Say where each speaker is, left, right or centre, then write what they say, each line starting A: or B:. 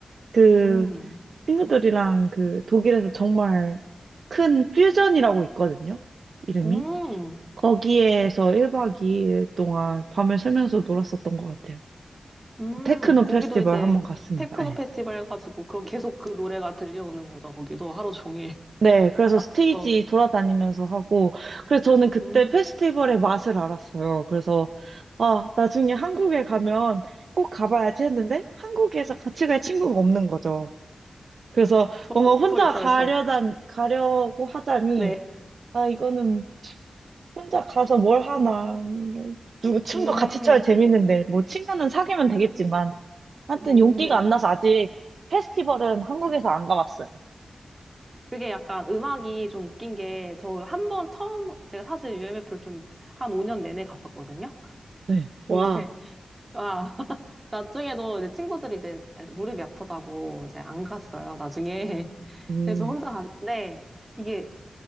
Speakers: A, on the right (about 80°); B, on the right (about 25°).
A: 그
B: 음,
A: 친구들이랑 그 독일에서 정말 큰 퓨전이라고 있거든요. 이름이.
B: 음,
A: 거기에서 1박 2일 동안 밤을 새면서 놀았었던 것 같아요.
B: 음.
A: 테크노
B: 거기도
A: 페스티벌
B: 이제
A: 한번 갔습니다.
B: 테크노
A: 네.
B: 페스티벌 해가지고 그럼 계속 그 노래가 들려오는 거죠. 거기도 하루 종일. <laughs>
A: 네, 그래서
B: 앞부터.
A: 스테이지 돌아다니면서 하고, 그래서 저는 그때
B: 음,
A: 페스티벌의 맛을 알았어요. 그래서, 아, 나중에 한국에 가면 꼭 가봐야지 했는데, 한국에서 같이 갈 친구가 없는 거죠. 그래서
B: 저,
A: 뭔가 혼자
B: 저 있어요,
A: 가려다,
B: 저.
A: 가려고 하자니,
B: 네.
A: 아, 이거는 혼자 가서 뭘 하나. 누구, 춤도
B: 음,
A: 같이 춰야 재밌는데, 뭐 친구는 사귀면 되겠지만, 하여튼
B: 음.
A: 용기가 안 나서 아직 페스티벌은 한국에서 안 가봤어요.
B: 그게 약간 음악이 좀 웃긴 게, 저 한 번 처음, 제가 사실 UMF를 좀 한 5년 내내 갔었거든요? <laughs>
A: 네. 와,
B: 근데, 아, <laughs> 나중에도 이제 친구들이 이제 무릎이 아프다고 이제 안 갔어요, 나중에. <laughs>
A: 음,
B: 근데 저 혼자 갔는데, 이게